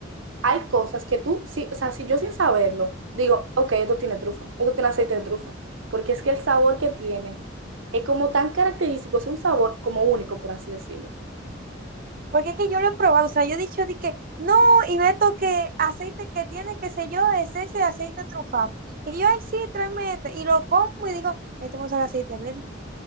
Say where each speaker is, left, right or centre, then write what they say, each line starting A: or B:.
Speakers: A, on the right; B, on the right.
A: hay cosas que tú, sí, o sea, si yo sin saberlo digo, ok, esto tiene trufa, esto tiene aceite de trufa, porque es que el sabor que tiene es como tan característico, es un sabor como único, por así decirlo.
B: Porque es que yo lo he probado, o sea, yo he dicho de que no, y meto que aceite que tiene, qué sé yo, esencia de aceite trufado. Y yo, ay, sí, tráeme este. Y lo como y digo, esto me sabe a aceite verde.